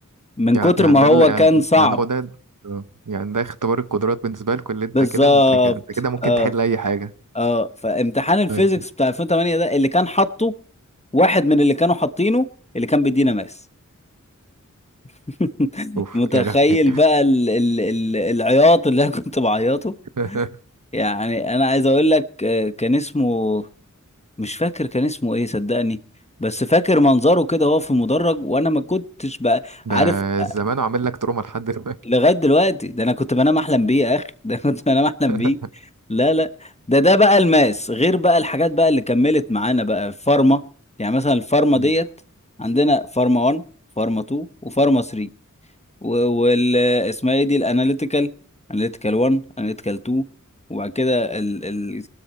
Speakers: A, on the left; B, on the right.
A: من
B: يعني
A: كتر
B: يعني
A: ما
B: ده
A: هو
B: اللي يعني
A: كان صعب
B: يعني هو ده آه. يعني ده اختبار القدرات بالنسبه لكم اللي انت
A: بالظبط
B: كده انت كده انت كده ممكن
A: اه
B: تحل اي حاجه
A: اه فامتحان الفيزيكس
B: ايوه
A: بتاع 2008 ده اللي كان حاطه واحد من اللي كانوا حاطينه اللي كان بيدينا ماس <laughs>
B: اوف
A: متخيل
B: يا لهوي
A: بقى ال ال ال العياط اللي انا كنت بعيطه
B: <laughs>
A: يعني انا عايز اقول لك آه، كان اسمه مش فاكر كان اسمه ايه صدقني بس فاكر منظره كده وهو في المدرج وانا ما كنتش بقى
B: ده
A: عارف آه،
B: الزمان عامل لك تروما لحد دلوقتي
A: لغاية دلوقتي ده انا كنت بنام احلم بيه يا اخي <laughs> ده أنا كنت بنام احلم
B: <laughs>
A: بيه لا لا ده ده بقى الماس غير بقى الحاجات بقى اللي كملت معانا بقى الفارما يعني مثلا الفارما
B: مم.
A: ديت عندنا فارما 1 فارما 2 وفارما 3 وال اسمها ايه دي الاناليتيكال اناليتيكال 1 اناليتيكال 2 وبعد كده ال... ال...